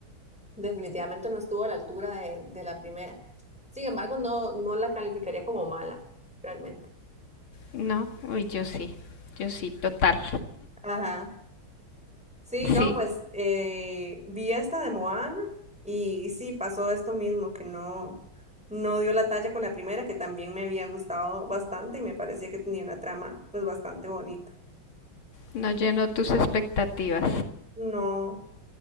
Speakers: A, in the centre; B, on the left.
A: definitivamente no estuvo a la altura de, de la primera. Sin embargo, no, no la calificaría como mala, realmente.
B: No, uy, yo sí, yo sí, total.
A: Ajá. Sí, no,
B: Sí,
A: pues eh, vi esta de Moana y, sí, pasó esto mismo, que no, no dio la talla con la primera, que también me había gustado bastante y me parecía que tenía una trama pues bastante bonita.
B: no llenó tus expectativas.
A: No.